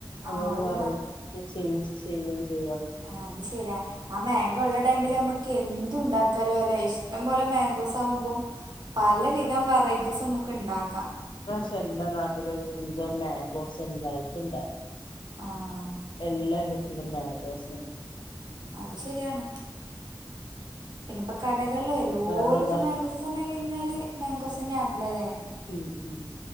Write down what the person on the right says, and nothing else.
ആഹ്
ഒരു
ആ അത് ശരിയാ ആ മാങ്കോ ഉള്ള ടൈമില് നമ്മുക്ക് എന്തു ഉണ്ടാക്കാലോ അല്ലെ ഇഷ്ടം പോലെ മാംഗോസ് ആകുമ്പോം പലവിധം വെറൈറ്റീസ് നമുക്ക് ഉണ്ടാക്കാം
ആഹ്
അത് ശരിയാണ് പിന്നെ ഇപ്പ കടകളിലും എല്ലോടത്തും
മാങ്കോസ് സമയം കഴിഞ്ഞാല് മാങ്കോസിന്റെ ആണല്ലോല്ലേ